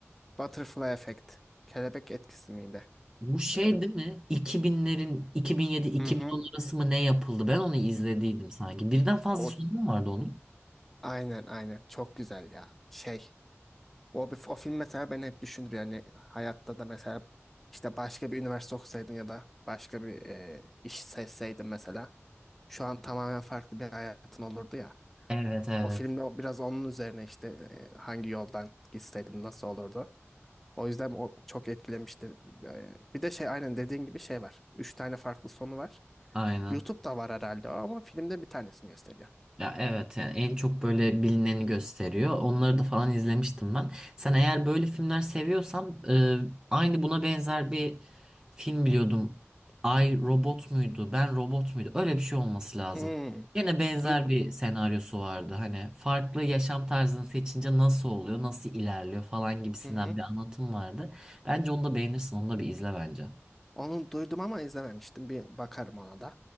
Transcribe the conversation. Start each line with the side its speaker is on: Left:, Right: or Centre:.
Centre: Butterfly Effect. Kelebek etkisi miydi?
Right: Bu şey
Centre: Öyle-
Right: değil mi? 2000'lerin 2007-2010
Centre: Hı hı.
Right: arası mı ne yapıldı? Ben onu izlediydim sanki. Birden fazla
Centre: O
Right: sonu mu vardı onun?
Centre: aynen aynen. Çok güzel ya. Şey. O, o film mesela beni hep düşündür yani hayatta da mesela işte başka bir üniversite okusaydın ya da başka bir e, iş seçseydin mesela şu an tamamen farklı bir hayatın olurdu ya.
Right: Evet evet.
Centre: O filmde o- biraz onun üzerine işte e, hangi yoldan gitseydin nasıl olurdu. O yüzden o çok etkilemişti. E, bir de şey aynen dediğin gibi şey var. Üç tane farklı sonu var.
Right: Aynen.
Centre: YouTube'da var herhalde o ama filmde bir tanesini gösteriyor.
Right: Ya evet yani en çok böyle bilineni gösteriyor. Onları da falan izlemiştim ben. Sen eğer böyle filmler seviyorsan e, aynı buna benzer bir film biliyordum. Ay robot muydu? Ben robot muydu? Öyle bir şey olması lazım.
Centre: Hmm.
Right: Yine benzer
Centre: Duy
Right: bir senaryosu vardı. Hani farklı yaşam tarzını seçince nasıl oluyor, nasıl ilerliyor falan gibisinden
Centre: hı hı.
Right: bir anlatım vardı. Bence onu da beğenirsin, onu da bir izle bence.
Centre: Onu duydum ama izlememiştim. Bir bakarım ona da.